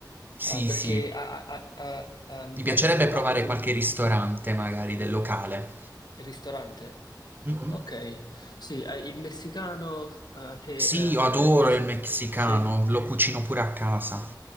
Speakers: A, on the right; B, on the left.
A: Sì,
B: eh, perché
A: sì,
B: ha- ha- ha- ehm,
A: mi
B: hai
A: piacerebbe
B: già provato
A: provare
B: tu
A: qualche ristorante magari del locale.
B: il ristorante?
A: Mhm.
B: Ok, sì, eh, il messicano, eh, a te,
A: Sì, io adoro
B: eh, è piaciuto?
A: il messicano,
B: Sì?
A: lo cucino pure a casa.